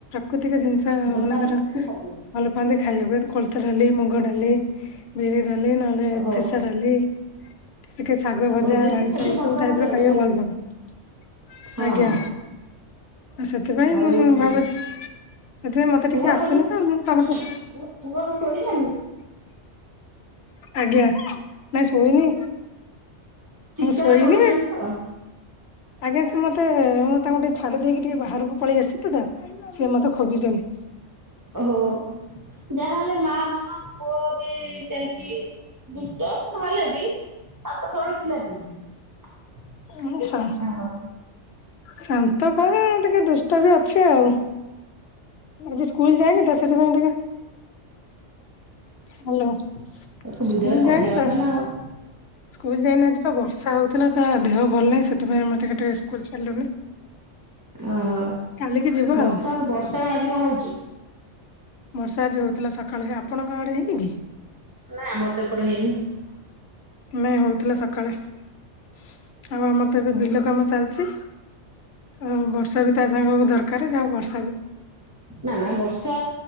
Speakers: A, on the left; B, on the right.
A: ପ୍ରତିକ ଜିନିଷ
B: ଭଲ
A: ମାନଙ୍କର
B: ପାଆନ୍ତି ଦେଶୀ ଖାଦ୍ୟ
A: ଭଲ ପାଆନ୍ତି ଖାଇବାକୁ କଳତା ଡାଲି ମୁଗ ଡାଲି ବି ଡାଲି ନହେଲେ
B: ଓହୋ
A: ଫେସା ଡାଲିିକ ଶାଗ ଭଜା
B: ଓ ଦେଶୀ
A: ର ଏଇ
B: ଖାଦ୍ୟ ଭଲ
A: ସବୁ
B: ପାଆନ୍ତି
A: ଟାଇପ ର
B: ଆଉ
A: ଖାଇବାକୁ ଭଲ ପା
B: ଆଉ
A: ଆଜ୍ଞା
B: ହଁ
A: ସେଥିପାଇଁ
B: ହଁ
A: ମୁଁ
B: ଆଉ
A: ଭାବୁଛି ସେଥିପାଇଁ ମତେ
B: ପୁଅ
A: ଟିକେ ଆସୁନି
B: ବୋଧେ
A: ତ ମୁଁ ତମଠୁ
B: ପୁଅ ପୁଅ ଶୋଇଲାଣି
A: ଆଜ୍ଞା। ହ ନାଇଁ ଶୋଇନି।
B: ଅତାର
A: ଶୋଇନି
B: କରୁଛନ୍ତି ତ
A: ଆଜ୍ଞା ସେ ମତେ ମୁଁ ତାଙ୍କୁଟିକେ ଛାଡି ଦେଇକି ଟିକେ ବାହାରକୁ ପଳେଇ ଆସିଥିଲି ସିଏ ମତେ ଖୋଜିଛନ୍ତି।
B: ଓହୋ। ଯାହାହେଲେ ମା ମନ ପୁଅ ବି ସେମତି ଦୁଷ୍ଟ ନହେଲେ ଏବେ ବି ସାନ୍ତ ସରଳ ପିଲାଟିଏ।
A: ମୁଁ ଶା ଶାନ୍ତ କଣ ଟିକେ ଦୁଷ୍ଟ ବି ଅଛି ଆଉ ଆଜି ସ୍କୁଲ ଯାଇନି ତ ସେଥିପାଇଁ ଟିକେ ହାଲୋ ସ୍କୁଲ
B: ତାକୁ ବିଦ୍ୟାଳୟ ପଠେଇବା
A: ଯାଇନି ତ
B: କଥା ନା ଆଉ।
A: ସ୍କୁଲ ଯାଇନି ଆଜି ପା ବର୍ଷା ହଉ ଥିଲା ତା ଦେହ ଭଲ ନାହିଁ ସେଥିପାଇଁ ଆମେ ଟିକେ ଟିକେ ସ୍କୁଲ ଛାଡିଲୁନି।
B: ଓହୋ
A: କାଲିକି ଯିବା
B: ବର୍ଷା
A: ଆଉ
B: ତ ବର୍ଷା ଆଜି କଣ ହୋଉଚି।
A: ବର୍ଷା ଆଜି ହଉଥିଲା ସକାଳେ ଆପଣଙ୍କ ଆଡେ ହେଇନି କି?
B: ନାଇଁ ଆମର ତ ଏପଟେ ହେଇନି ।
A: ନାଇ ହଉଥିଲା ସକାଳେ । ଆଉ ଆମର ତ ଏବେ
B: ହୁଁ
A: ବିଲ କାମ ଚାଲିଛି ଆଉ ବର୍ଷା ବି ତା ସାଙ୍ଗ କୁ ଦର ଦକାରେ ଜା ହଉ ବର
B: ନା ନା ବର୍ଷା